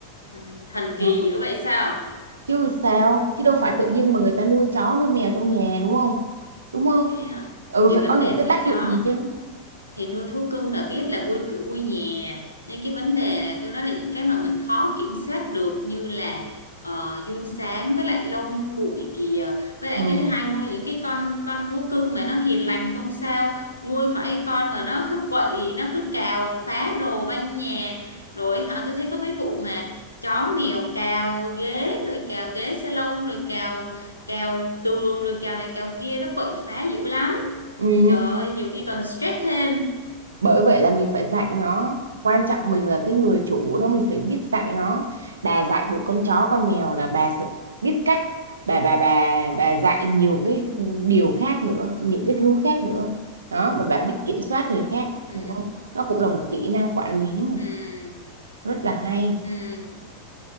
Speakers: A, on the left; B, on the right.
A: ừ, thần
B: Ờ,
A: kỳ dữ vậy sao
B: chứ sao chứ đâu phải tự dưng mà người ta nuôi chó nuôi mèo trong nhà đúng không đúng không
A: vậy hả
B: ừ
A: thì
B: phải
A: vấn
B: có những
A: đề
B: cái
A: nuôi
B: tác
A: chó
B: dụng gì chứ
A: thì nuôi thú cưng là biết là vui cửa vui nhà nhưng cái vấn đề là tôi nói là những cái mà mình khó kiểm soát được như là uh, giun sán với lại lông bụi kìa với lại
B: ừ
A: cái thứ hai nuôi những cái con con thú cưng mà nó hiền lành thì không sao nuôi phải cái con mà nó <laughs> cứ quậy nó cứ cào phá đồ banh nhà rồi hả tôi thấy có mấy vụ mà chó mèo cào ghế rồi cào ghế salon rồi cào cào tường rồi cào này cào kia nó quậy phá dữ lắm
B: ừ
A: trời ơi nhiều khi còn stress thêm
B: bởi vậy là mình phải dạy nó quan trọng mình là cái người chủ nó mình phải biết dạy nó bà dạy được con chó con mèo là bà sẽ biết cách bà bà bà bà dạy nhiều cái điều khác nữa những cái thứ khác nữa đó mà bà biết kiểm soát người khác
A: Ừ,
B: hiểu không nó cũng là một kỹ năng quản lý mà
A: ừ,
B: rất là hay
A: ừ.